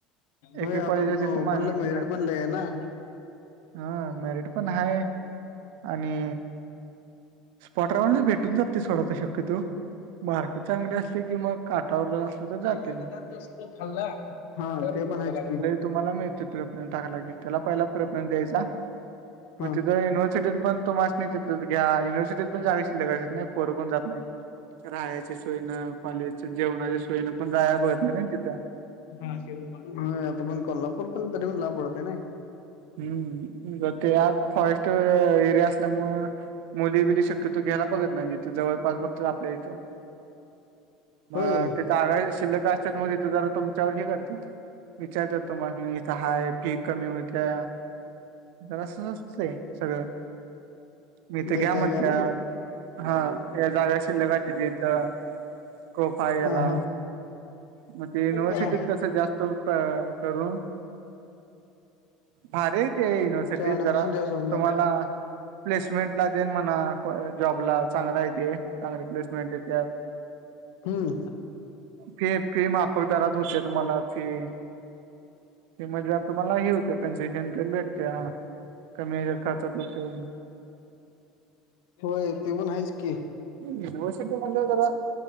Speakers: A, on the right; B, on the left.
A: एक
B: व्हय.
A: एक कॉलेज
B: तो
A: असतात ते
B: ओपन
A: मायनॉरिटी
B: ला मेरिट
A: लावतात
B: पण लय आहे ना.
A: हा. मेरिट पण हाय आणि स्पॉटावरला भेटून जाते सोडा ते शक्यतो. मार्क चांगले असले की मग काठावर जर असलं तर जाते
B: एकदा
A: मग
B: तसल खाल्ला हा ते पण आहेच की,
A: तुम्हाला मिळते प्रयोग तेन टाकला की, त्याला पहिला प्रेफरन्स द्यायचा. मग
B: हा.
A: तिथं युनिव्हर्सिटीत पण, तुम्हासनी तिंथच घ्या. युनिव्हर्सिटीत पण जागा शिल्लक असत्यात की नाही. पोर कोण जात नाहीत. राहायची सोयन कॉलेजच्या, जेवणाच्या सोयन पण जायला बघत नाही ना तिथ.
B: हा शरद आता पण कोल्हापूर पण तरी पण लांब पडतय नाही.
A: हम. जरा ते आत फॉरेस्ट एरिया असल्यामुळे मुली बिली शकत क्यतो घ्यायला बघत नाही. तिथ जवळपास बघतात आपल्या इथं मग
B: होय
A: जागा शिल्लक असत्यात मग तीथ जरा तुमच्यावर हे करत विचारतात तुम्हासनी. इथ हाय फी कमी हाय काय. जरासंच असतंय सगळं. मगं इथ
B: देताय
A: घ्या म्हणत्यात.
B: का ना
A: हा या जागा शिल्लक आहेत का तीथ. स्कोप आहे ह्याला.
B: हा हा
A: मग ते युनिव्हर्सिटीत
B: हा
A: कसं जास्त करू. भारी आहे ते युनिव्हर्सिटीत
B: ऍडमिशन
A: जरा
B: जास्त असणार
A: तुम्हाला, प्लेसमेंट ला तेन म्हणा जॉबला चांगलाय ते. चांगली प्लेसमेंट येत्यात.
B: हम्म
A: फी फी मा <unintelligible> होत्या तुम्हाला फी. ते म्हजे तुम्हाला हे होत्या कन्सेशन तेन भेटत्या कमी खाचात होतय.
B: होय ते पण आहेच की.
A: युनिवर्सिटी म्हणल्यावर जरा